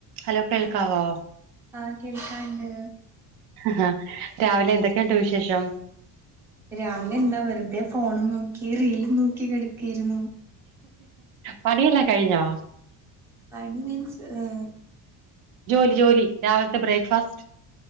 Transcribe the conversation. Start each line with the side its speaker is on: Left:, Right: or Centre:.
Right: Hello കേൾക്കാവോ?
Centre: ആഹ് കേൾക്കാണ്ട്
Right: ഹാ രാവിലെ എന്തൊക്കെയുണ്ട് വിശേഷം?
Centre: രാവിലെന്താ വെറുതെ ഫോണും നോക്കി റീലും നോക്കി കെടുക്കുവായിരുന്നു.
Right: പണിയെല്ലാം കഴിഞ്ഞോ?
Centre: പനി മീൻസ് ഹ്..
Right: ജോലി ജോലി രാവിലത്തെ ബ്രേക്ക്ഫാസ്റ്റ്